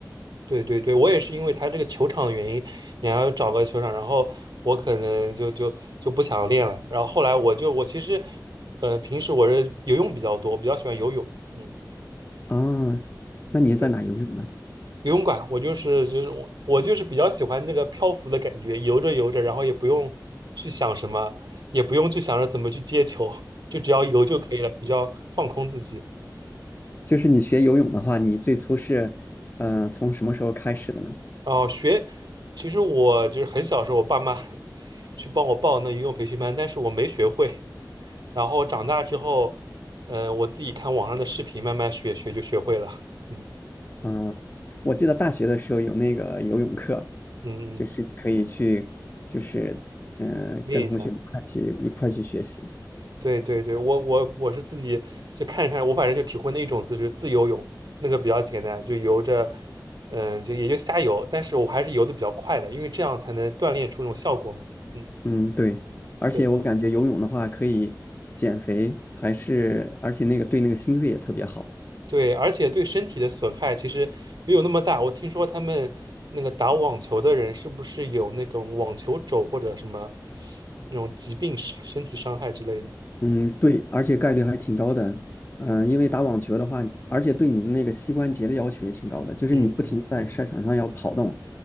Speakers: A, on the right; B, on the left.
A: 对对对，我也是因为他这个球场的原因，你还要找个球场，然后我可能就就就不想练了。然后后来我就我其实，呃，平时我是游泳比较多，我比较喜欢游泳，嗯，
B: 啊，那你在哪游泳呢？
A: 对，游泳馆我就是就是我我就是比较喜欢那个漂浮的感觉，游着游着，然后也不用去想什么，也不用去想着怎么去接球，就只要游就可以了，比较放空自己。
B: 就是你学游泳的话，你最初是，呃，从什么时候开始的呢？
A: 哦，学，其实我就是很小时候，我爸妈 <laughs> 去帮我报那游泳培训班，但是我没学会，然后长大之后，嗯、我自己看网上的视频，慢慢学学就学会了。嗯
B: 嗯、我记得大学的时候有那个游泳课，
A: 嗯，
B: 就是可以去，
A: 嗯，
B: 就是，嗯、
A: 练一下。
B: 跟同学一块去一块去学习。
A: 对对对，我我我是自己就看着看我反正就只会那一种姿势，自由泳，那个比较简单，就游着，嗯、就也就瞎游，但是我还是游的比较快的，因为这样才能锻炼出那种效果嘛。嗯，
B: 嗯，对，而且我感觉游泳的话可以减肥，
A: 对。
B: 还是而且那个对那个心肺也特别好。
A: 对，而且对身体的损害其实没有那么大。我听说他们那个打网球的人是不是有那种网球肘或者什么那种疾病、身身体伤害之类的？
B: 嗯，对，而且概率还挺高的。嗯、因为打网球的话，而且对你的那个膝关节的要求也挺高的，就是你不停地在赛场上要跑动，
A: 嗯嗯，